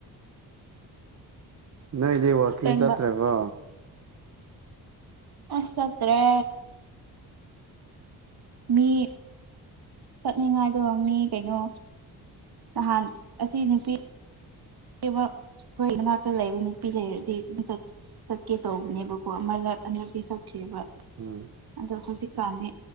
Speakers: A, on the right; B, on the right.
A: ꯅꯣꯏꯗꯤ ꯋꯥꯛꯀꯤꯡ
B: ꯑꯁꯦꯡꯕ
A: ꯆꯠꯇ꯭ꯔꯕꯣ
B: ꯑ ꯆꯠꯇ꯭ꯔꯦ ꯃꯤ ꯆꯠꯅꯤꯡꯉꯥꯏꯗꯣ ꯃꯤ ꯀꯩꯅꯣ ꯅꯍꯥꯟ ꯑꯁꯤ ꯅꯨꯄꯤ ꯑꯩꯈꯣꯏ ꯃꯅꯥꯛꯇ ꯂꯩꯕ ꯅꯨꯄꯤ ꯂꯩꯔꯗꯤ ꯃꯤꯡꯆꯠ ꯆꯠꯀꯦ ꯇꯧꯕꯅꯦꯕꯀꯣ ꯑꯃꯔꯛ ꯑꯅꯔꯛꯀꯤ ꯆꯠꯈ꯭ꯔꯦꯕ
A: ꯎꯝ
B: ꯑꯗꯣ ꯍꯧꯖꯤꯛꯀꯥꯟꯗꯤ